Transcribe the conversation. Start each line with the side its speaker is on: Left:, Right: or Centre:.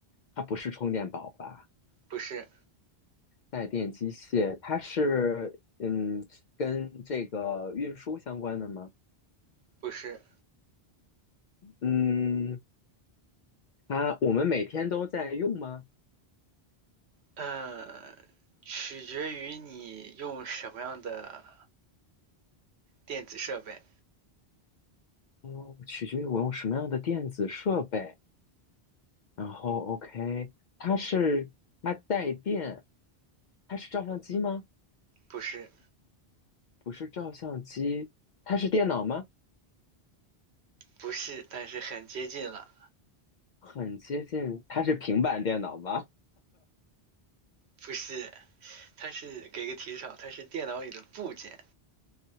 Left: 它不是充电宝吧？
Right: 不是
Left: 带电机械，它是嗯跟这个运输相关的吗？
Right: 不是，
Left: 嗯，它我们每天都在用吗？
Right: 嗯，取决于你用什么样的电子设备。
Left: 哦，取决于我用什么样的电子设备。然后，OK，它是它带电，它是照相机吗？
Right: 不是
Left: 不是照相机，它是电脑吗？
Right: 不是，但是很接近了。
Left: 很接近，它是平板电脑吗？
Right: 不是，它是给个提示啊，它是电脑里的部件。